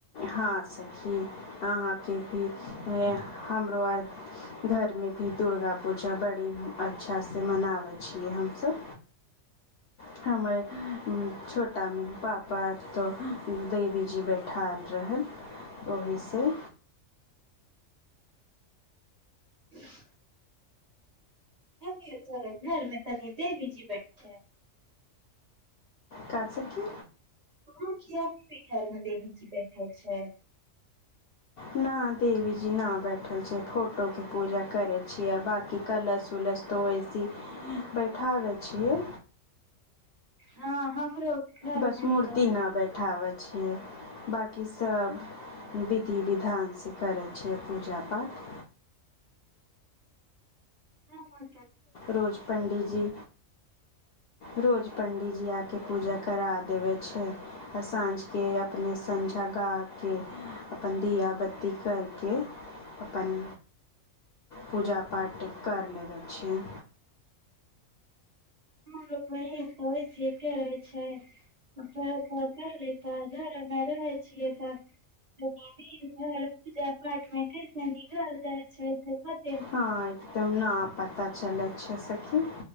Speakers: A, on the left; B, on the right.
A: हाँ सखी अहा के भी हमरो आर घर मे भी दुर्गा पूजा बड़ी अच्छा से मनाबै छियै हमसब <unintelligible> हमर अ छोटा पापा तऽ देवी जी बैठा रहल ओहिसे
B: <unintelligible> अ गे तोरा घर मे त कहल्ही देवीजी बैठ
A: का सखी
B: <unintelligible> देवी जी बैठय छै
A: न देवी जी न बैठल छै फोटो के पूजा करे छिये बाकी कलश उलश ऐसेही बैठाबै छिये
B: ह हमरो घर
A: बस
B: मे
A: मूर्ति
B: तऽ
A: ना बैठाबै छियै बाकी सब विधि विधान से करै छिय पूजा पाठ
B: हा हा
A: रोज पंडित जी रोज पंडित जी आ के पूजा करा देबै छै आ साँझके अपने संझा गा के अपन दिया बत्ती करके अपन पूजा पाठ करि लेबै छी
B: ह गे बहिन वैसे करै छय <unintelligible> घर हम रहै छियै तऽ दिन भर पूजा पाठमे कैसे निकल जाय छै से पते नय रहै छय
A: हा एकदम न पता चलै छै सखी